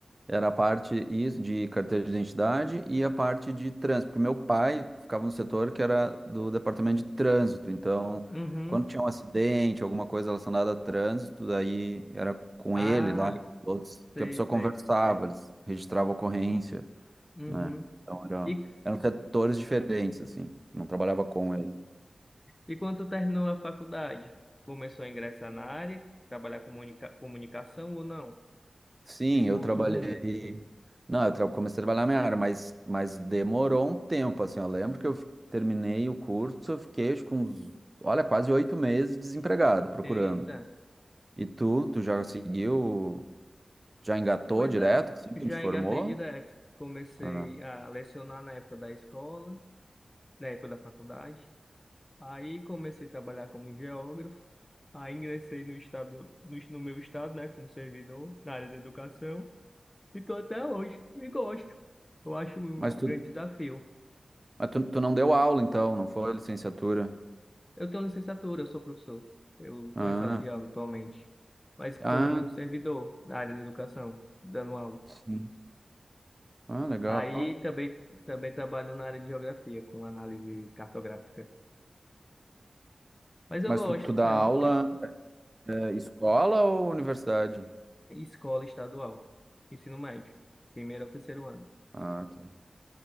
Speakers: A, on the right; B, on the left.
A: Era a parte is- de carteira de identidade e a parte de trânsito, porque meu pai ficava no setor que era do departamento de trânsito, então
B: uhum.
A: quando tinha um acidente, alguma coisa relacionada a trânsito, daí era com
B: Ah,
A: ele lá, e outros,
B: sei,
A: que a pessoa
B: sei.
A: conversava, eles registravam a ocorrência,
B: Uhum.
A: né? Então era,
B: E
A: eram setores diferentes, assim, não trabalhava com ele.
B: E quando tu terminou a faculdade, começou a ingressar na área, trabalhar com comunica- comunicação ou não?
A: Sim,
B: Seguiu
A: eu
B: outro
A: trabalhei.
B: rumo?
A: Não, eu tra- comecei a trabalhar na minha área, mas, mas demorou um tempo, assim. Eu lembro que eu f- terminei o curso, eu fiquei acho, com uns, olha, quase oito meses desempregado, procurando.
B: Eita,
A: E tu, tu já seguiu, já engatou
B: pois
A: direto,
B: é,
A: assim,
B: já
A: quando te formou?
B: engatei direto. Comecei
A: Ah.
B: a lecionar na época da escola, na época da faculdade. Aí comecei a trabalhar como geógrafo. Aí ingressei no estado, no, no meu estado, né, como servidor na área da educação. E tô até hoje, e gosto. Eu acho um
A: Mas tu,
B: grande desafio.
A: mas tu, tu não deu aula, então, não foi licenciatura?
B: Eu tenho licenciatura, eu sou professor. Eu estou
A: Ah,
B: em sala de aula atualmente, mas como
A: ah,
B: servidor na área da educação, dando aula.
A: sim. Ah, legal.
B: Aí também, também trabalho na área de geografia, com análise cartográfica. Mas eu
A: Mas
B: gosto,
A: tu, tu dá
B: é,
A: aula,
B: um- é
A: eh, escola ou universidade?
B: escola estadual, ensino médio, primeiro ao terceiro ano.
A: Ah, tá.